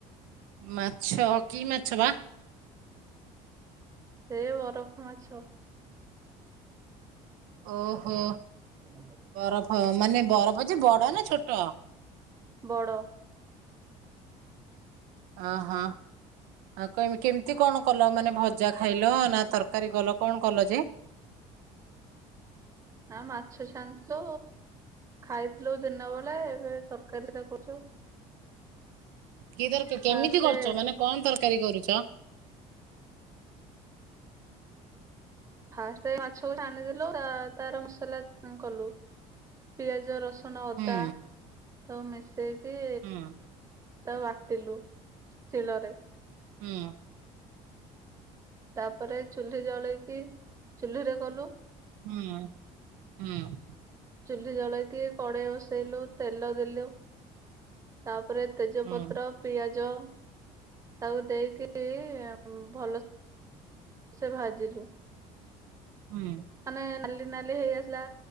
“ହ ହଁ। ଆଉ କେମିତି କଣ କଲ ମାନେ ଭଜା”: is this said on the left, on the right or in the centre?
Right